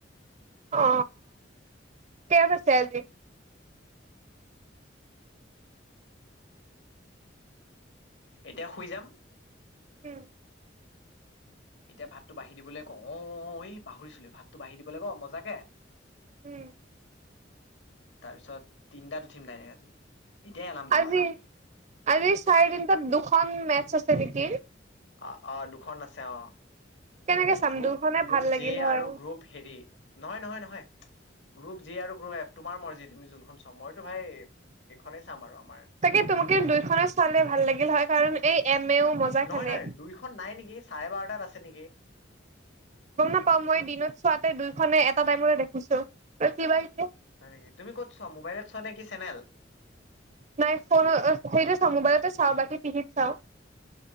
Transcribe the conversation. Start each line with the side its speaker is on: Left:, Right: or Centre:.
Right: অ! কিয়ত আছে আজি?
Left: এতিয়া শুই যাম।
Right: উম
Left: এতিয়া ভাতটো বাঢ়ি দিবলৈ কওঁ! অঁ এই পাহৰিছিলো, ভাতটো বাঢ়ি দিবলৈ কওঁ, মজাকে।
Right: উম!
Left: তাৰপিছত, তিনটাত উঠিম ডাইৰেক্ট আজি। এতিয়াই এলাৰ্মটো
Right: আজি
Left: লগাই থৈ দিম
Right: আজি চাৰে
Left: অ
Right: তিনটাত দুখন মেচ আছে নেকি?
Left: অঁ অঁ! দুখন আছে অঁ!
Right: কেনেকে চাম
Left: গ্ৰুপ,
Right: দুইখনে
Left: গ্ৰুপ
Right: ভাল লাগিল
Left: জে
Right: হয়
Left: আৰু গ্ৰুপ হেৰি নহয় নহয় নহয়। গ্ৰুপ জে আৰু গ্ৰুপ এফ তোমাৰ মৰজি তুমি জোনখন চোৱা। মইতো ভাই, এইখনেই চাম আৰু আমাৰ!
Right: তাকে তোমাকে দুইখনে চালে ভাল লাগিল হয় কাৰণ এই এম এও মজা
Left: নহয়,
Right: খেলে
Left: নহয়। দুইখন নাই নেকি চাৰে বাৰটাত আছে নেকি?
Right: গ'ম নাপাওঁ। মই দিনত চোৱাতে দুইখনে এটা টাইমতে দেখিছোঁ। কি বা এতিয়া?
Left: হয় নেকি? তুমি ক'ত চোৱা, মোবাইলত চোৱা নেকি, চেনেল?
Right: নাই ফোন! সেইটো চাওঁ, মোবাইলতে চাওঁ, বাকী টিভিত চাওঁ।